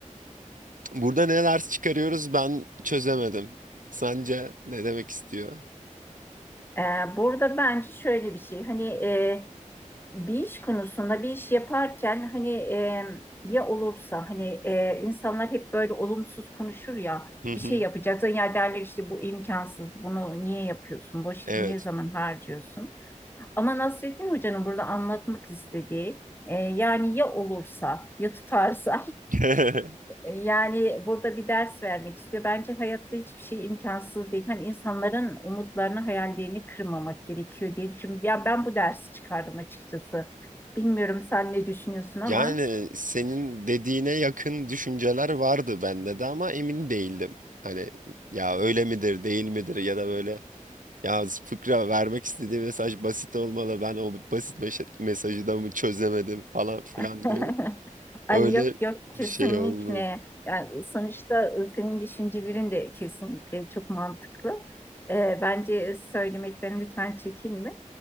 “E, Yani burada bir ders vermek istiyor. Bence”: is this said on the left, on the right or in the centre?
Left